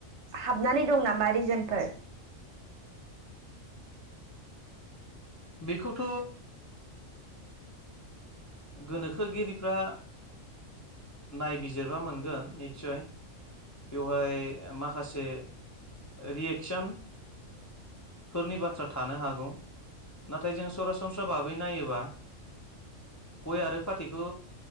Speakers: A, on the right; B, on the left.
A: हाबनानै दं नामा रिजोनफोर
B: बेखौथ गोनोखोगिरिफ्रा नायबिजिरबा मोनगोन निसय बेवहाय माखासे रियेकसनफोरनि बाथ्रा थानो हागौ नाथाय जों सरासनस्रा बाबै नायोबा गय आरो फाथैखौ